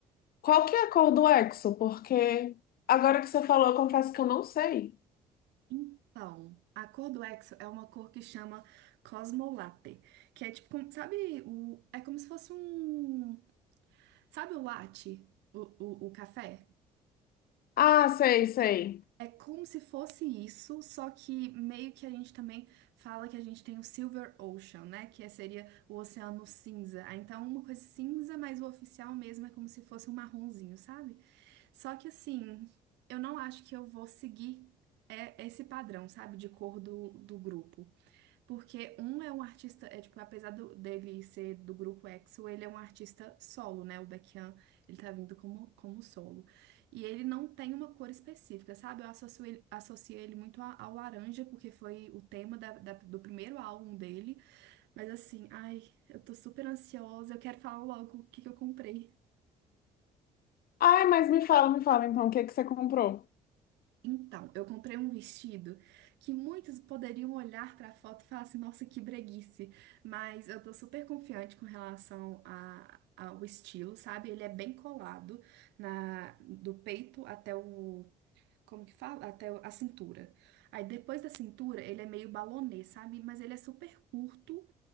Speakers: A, on the left; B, on the right.
A: Qual que é a cor do Exo? Porque agora que você falou, eu confesso que eu não sei.
B: Então, a cor do Exo é uma cor que chama Cosmolatte, que é tipo, como- sabe, o, é como se fosse um, sabe o latte, o, o, o café?
A: Ah, sei, sei.
B: É como se fosse isso, só que meio que a gente também fala que a gente tem o Silver Ocean, né? Que é, seria o oceano cinza. Ah, Então, uma coisa cinza, mas o oficial mesmo é como se fosse um marronzinho, sabe? Só que assim, eu não acho que eu vou seguir é, esse padrão, sabe, de cor do, do grupo. Porque um é um artista, é tipo, apesar do- dele ser do grupo EXO, ele é um artista solo, né? O Baekhyun, ele tá vindo como, como solo. E ele não tem uma cor específica, sabe? Eu associo ele, associo ele muito a- ao laranja, porque foi o tema da- da- do primeiro álbum dele. Mas assim, ai, eu tô super ansiosa, eu quero falar logo o que que eu comprei.
A: Ai, mas me fala, me fala então, o que que você comprou?
B: Então, eu comprei um vestido que muitos poderiam olhar para a foto e falar assim, nossa, que breguice. Mas eu tô super confiante com relação a- ao estilo, sabe? Ele é bem colado na do peito até o, como que fala? Até o- a cintura. Aí depois da cintura, ele é meio balonê, sabe? Mas ele é super curto.